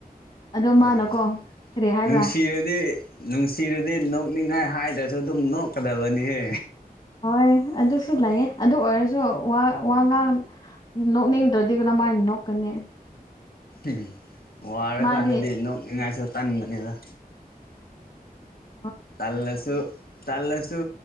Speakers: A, on the left; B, on the left.
A: ꯑꯗꯣ ꯃꯥꯅꯀꯣ
B: ꯑꯥ
A: ꯀꯔꯤ ꯍꯥꯏꯕ꯭ꯔꯥ
B: ꯅꯨꯡꯁꯤꯔꯗꯤ ꯅꯨꯡꯁꯤꯔꯗꯤ ꯅꯣꯛꯅꯤꯡꯉꯥꯏ ꯉꯛꯇꯥꯅꯦ ꯑꯗꯨꯝ ꯅꯣꯛꯀꯗꯥꯕꯅꯤ ꯍꯦ
A: ꯍꯣꯏ ꯑꯗꯨꯁꯨꯨ ꯂꯩꯌꯦ ꯑꯗꯨ ꯑꯣꯏꯔꯁꯨ ꯋꯥ ꯋꯥ ꯉꯥꯡ ꯅꯣꯛꯅꯤꯡꯗ꯭ꯔꯗꯤ ꯀꯔꯝꯃꯥꯏꯅ ꯅꯣꯛꯀꯅꯤ
B: ꯎꯝ ꯋꯥꯔꯀꯥꯟꯗꯗꯤ
A: ꯃꯥꯗꯤ
B: ꯅꯣꯛꯅꯤꯡꯉꯥꯏꯁꯨ ꯇꯟꯥꯟꯕꯅꯤꯗ
A: ꯍ
B: ꯇꯜꯂꯁꯨ ꯇꯜꯂꯁꯨ